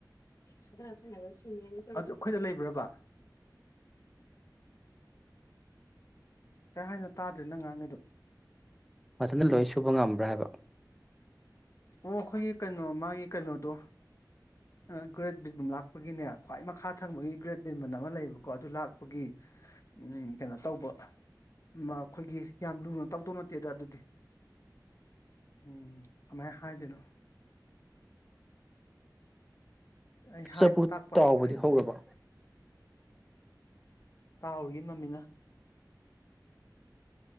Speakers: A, on the left; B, in the centre.
A: ꯂꫭꯏ ꯊꯥꯗꯔ ꯊꯝꯃꯦꯕ ꯁꯤꯃꯦꯟꯇ ꯀꯩꯀꯥ ꯑꯗꯨ ꯈꯣꯏꯗ ꯂꯩꯕꯔꯕꯥ ꯀꯩ ꯍꯥꯏꯅꯣ ꯇꯥꯗ꯭ꯔꯦ ꯅꯪ ꯉꯥꯡꯉꯤꯗꯨ
B: ꯃꯊꯟꯗ ꯂꯣꯏ ꯁꯨꯕ ꯉꯝꯕ꯭ꯔꯥ ꯍꯥꯏꯕ
A: ꯑꯣ ꯑꯈꯣꯏꯒꯤ ꯀꯩꯅꯣ ꯃꯥꯒꯤ ꯀꯩꯅꯣꯗꯣ ꯑ ꯒ꯭ꯔꯦꯠ ꯕꯤꯝ ꯂꯥꯛꯄꯒꯤꯅꯦ ꯈ꯭ꯋꯥꯏ ꯃꯈꯥ ꯊꯪꯕꯒꯤ ꯒ꯭ꯔꯦꯠ ꯕꯤꯝ ꯑꯅ ꯑꯃ ꯂꯩꯌꯦꯕꯀꯣ ꯑꯗꯨ ꯂꯥꯛꯄꯒꯤ ꯎꯝ ꯀꯩꯅꯣ ꯇꯧꯕ ꯃ ꯈꯣꯏꯒꯤ ꯌꯥꯝ ꯂꯨꯅ ꯇꯧꯗꯧ ꯅꯠꯇꯦꯗ ꯑꯗꯨꯗꯤ ꯎꯝ ꯀꯃꯥꯏ ꯍꯥꯏꯗꯣꯏꯅꯣ ꯑꯩ ꯍꯥꯏꯕ
B: ꯆꯐꯨ
A: ꯇꯥꯛꯄ
B: ꯇꯥꯎꯕꯗꯤ
A: ꯍꯩꯇ꯭ꯔꯦ
B: ꯍꯧꯔꯕꯣ
A: ꯇꯥꯍꯔꯤꯌꯦ ꯃꯝꯃꯤꯅ